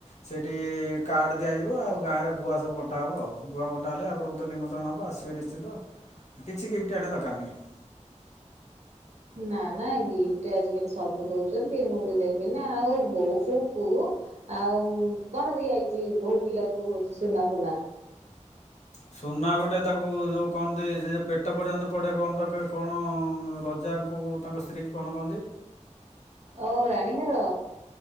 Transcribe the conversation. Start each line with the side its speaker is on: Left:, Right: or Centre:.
Left: ସେଇଠି କାର୍ଡ଼ ଦିଆଯିବ, ଆଉ ଗାଁରେ ଗୁଆ ସବୁ ବଣ୍ଟା ହବ ଆଉ, ଗୁଆ ବଣ୍ଟା ହେଲେ ଆପଣଙ୍କୁ ତ ନିମନ୍ତ୍ରଣ ହବ ଆସିବେ ନିଶ୍ ଶ୍ଚିତ, କିଛି ଗିଫ୍ଟ ଆଣିବା ଦରକାର ନାହିଁ।
Right: ନା, ନା ଗିଫ୍ଟ ଆଜିକାଲି ସବୁ ଦଉଚନ୍ତି ମୁଁ ବି ଦେବି ନା, ଆଉ ବୋହୂ କୁ ଆଉ କଣ ଦିଆହେଇଚି ବୋହୂ ପିଲାକୁ ହଉଛି ସୁନା ଫୁନା?
Left: ସୁନା ଗୋଟେ ତାକୁ ଯୋଉ କଣ ଦେଇଚି ଯେ ପେଟ ପର୍ଯ୍ୟନ୍ତ ପଡ଼େ କଣ ତାକେ କଣ ରଜାଙ୍କୁ ତାଙ୍କ ସ୍ତ୍ରୀ କି କଣ କହନ୍ତି?
Right: ଓ ରାଣୀ ହାର?